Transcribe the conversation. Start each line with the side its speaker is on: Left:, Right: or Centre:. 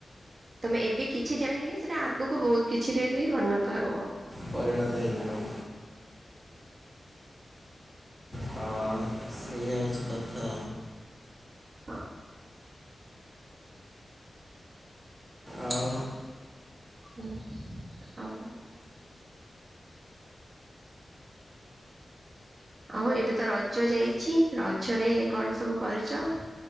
Right: ତମେ ଏବେ କିଛି ଜାଣିଲି ସେଟା ଆଗକୁ ବହୁତ କିଛି ରେ ବି ପରିଣତ ହବ।
Centre: ପରିଣତ ହେଇଯିବ। ହ ସେଇଆ ହେଇଛି କଥା।
Right: ହଁ।
Centre: ଆଉ
Right: ହୁଁ ଆଉ ଆଉ ଏବେ ତ ରଜ ଯାଇଛି ରଜରେ କଣ ସବୁ କରିଛ?